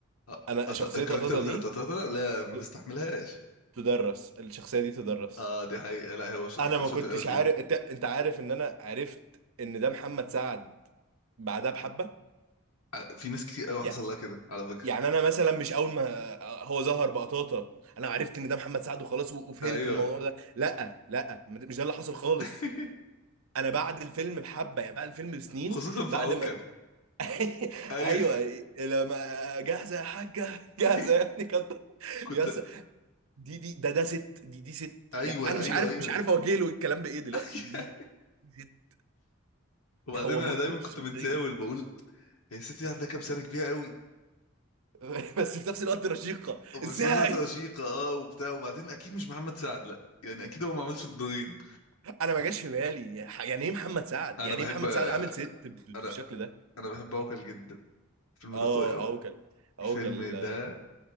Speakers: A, on the left; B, on the right.
A: أ-
B: انا
A: أط-
B: شخصيه
A: الكاركتر
B: قطاطه
A: بتاع
B: دي
A: تاتاتا لا ما بستحملهاش
B: ت- تدرس الشخصيه دي تدرس
A: اه دي حقيقة لا هو شاطر
B: انا
A: كان
B: ما
A: شاطر
B: كنتش
A: قوي فيه
B: عارف انت أنت عارف ان انا عرفت ان ده محمد سعد بعدها بحبه
A: ع- في ناس كتير قوي حصل
B: يع-
A: لها كده على فكرة
B: يعني انا مثلا مش اول ما هو ظهر بقطاطا انا عرفت ان ده محمد سعد وخلاص و- وفهمت
A: ايوه
B: الموضوع ده لا لا مش ده اللي حصل خالص
A: <laughs>
B: انا بعد الفيلم بحبه يعني بعد الفيلم بسنين
A: خصوصا في
B: بعد
A: عوكل
B: ما <laughs>
A: ايوه
B: ايوه لما جاهزه يا حاجه جاهزه
A: <laughs> ايوه
B: يا ابني كده
A: كنت
B: يا س- دي دي ده ده ست دي دي ست
A: ايوه
B: يعني انا مش
A: ايوه
B: عارف
A: ايوه
B: مش عارف اوجه له الكلام بايه دلوقتي
A: <laughs>
B: دي دي ست
A: وبعدين
B: هو
A: انا
B: متقن
A: دايما
B: الشخصيه
A: كنت متزاول بقول هي الست دي عندها كام سنة كبيرة قوي
B: <laughs> بس في نفس الوقت رشيقه
A: بس في
B: ازاي
A: نفس الوقت رشيقة اه وبتاع وبعدين اكيد مش محمد سعد لا يعني اكيد هو ما عملش الدورين
B: انا ما جاش في بالي يعني ايه محمد سعد
A: انا
B: يعني
A: بحب
B: ايه محمد سعد عامل ست ب-
A: انا
B: بالشكل ده
A: انا بحب عوكل جدا الفيلم
B: اه
A: ده قوي قوي
B: اوكل اوكل
A: الفيلم ده